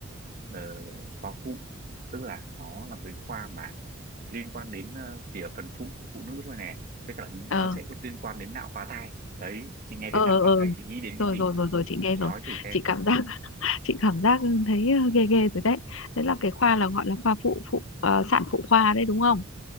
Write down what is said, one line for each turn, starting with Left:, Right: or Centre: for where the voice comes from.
Right: ờ, khoa phụ tức là nó là một cái khoa mà liên quan đến ờ, chỉ ở phần phụ của phụ nữ thôi nè với cả
Left: ờ
Right: nó sẽ có liên quan đến nạo phá thai đấy chị nghe đến
Left: ờ
Right: nạo
Left: ờ
Right: phá
Left: ờ.
Right: thai chị nghĩ đến cái
Left: rồi
Right: gì
Left: rồi rồi rồi chị nghe
Right: chị
Left: rồi
Right: nói thử xem
Left: chị cảm giác chị cảm giác thấy ghê ghê rồi đấy đấy là cái khoa là gọi là khoa phụ phụ ờ, sản phụ khoa đấy đúng không